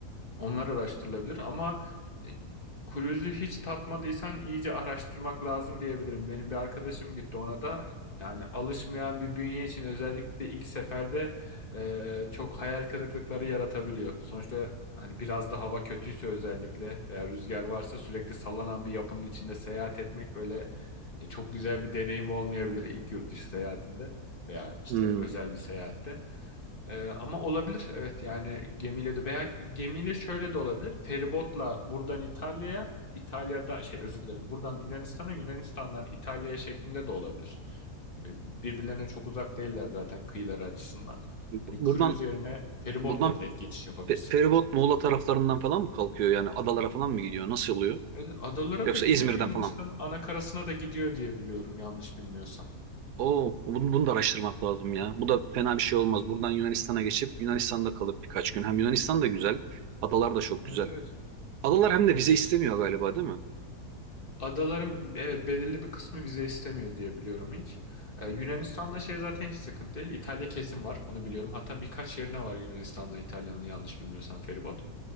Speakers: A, on the left; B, on the right.
A: Onlar araştırılabilir ama e, kruzu hiç tatmadıysan iyice araştırmak lazım diyebilirim. Benim bir arkadaşım gitti ona da yani alışmayan bir bünye için özellikle ilk seferde e, çok hayal kırıklıkları yaratabiliyor. Sonuçta hani biraz da hava kötüyse özellikle veya rüzgar varsa sürekli sallanan bir yapının içinde seyahat etmek böyle e, çok güzel bir deneyim olmayabilir ilk yurt dışı seyahatinde veya işte
B: Hmm.
A: özel bir seyahatte. E, ama olabilir evet yani gemiyle de veya gemiyle şöyle de olabilir. Feribotla buradan İtalya'ya, İtalya'dan şey özür dilerim buradan Yunanistan'a, Yunanistan'dan İtalya'ya şeklinde de olabilir. E, birbirlerine çok uzak değiller zaten kıyıları açısından.
B: Bu-
A: Hani
B: Buradan
A: cruise yerine feribotla
B: buradan
A: direkt geçiş yapabilirsin.
B: fe- feribot Muğla taraflarından falan mı kalkıyor? Yani adalara falan mı gidiyor? Nasıl oluyor?
A: Evet, adalara
B: Yoksa
A: da gidiyor
B: İzmir'den
A: Yunanistan'ın
B: falan
A: ana karasına da gidiyor diye biliyorum yanlış bilmiyorsam.
B: Oo, bunu, bunu da araştırmak lazım ya. Bu da fena bir şey olmaz. Buradan Yunanistan'a geçip Yunanistan'da kalıp birkaç gün. Hem Yunanistan da güzel. Adalar da çok güzel.
A: Evet evet.
B: Adalar hem de vize
A: Ya
B: istemiyor galiba değil mi?
A: Adaların evet belirli bir kısmı vize istemiyor diye biliyorum hiç. Ee, Yunanistan'da şey zaten hiç sıkıntı değil. İtalya kesin var onu biliyorum. Hatta birkaç yerine var Yunanistan'la İtalya'nın yanlış bilmiyorsam feribot.